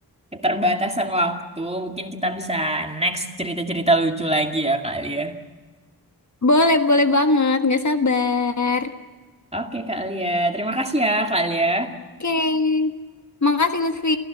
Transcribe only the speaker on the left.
boleh, boleh banget. Nggak sabar.
Oke. Makasih, Lutfi.